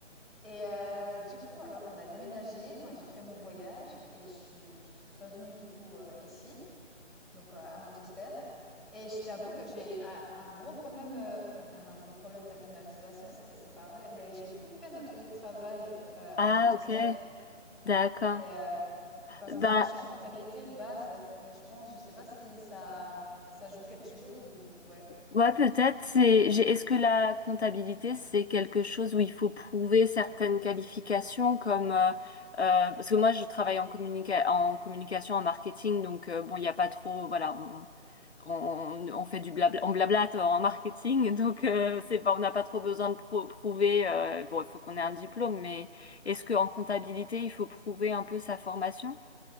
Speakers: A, in the centre; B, on the left (about 60°).
A: Et euh, du coup, alors, on a déménagé. Moi, j'ai fait mon voyage et je suis, je suis revenue, du coup, euh, ici donc euh, à Manchester. Et je t'avoue que j'ai un, un gros problème, euh, enfin pas un gros problème d'acclimatisation, c'est c'est pas vrai, mais j'ai beaucoup de peine à trouver de travail euh,
B: Ah,
A: à Manchester.
B: ok. D'accord.
A: Et euh, parce
B: Ben,
A: que moi je suis en comptabilité de base et je pense, je sais pas si ça ça joue quelque chose ou ouais.
B: Ouais, peut-être. C'est, j'ai- est-ce que la comptabilité, c'est quelque chose où il faut prouver certaines qualifications comme euh, euh, parce que moi je travaille en communica- en communication, en marketing, donc euh, bon, il n'y a pas trop, voilà, on, on, on fait du blabla, on blablate en marketing, <laughs> donc euh, c'est pas, on n'a pas trop besoin de pro- prouver. euh, bon, il faut qu'on ait un diplôme, mais est-ce que en comptabilité, il faut prouver un peu sa formation?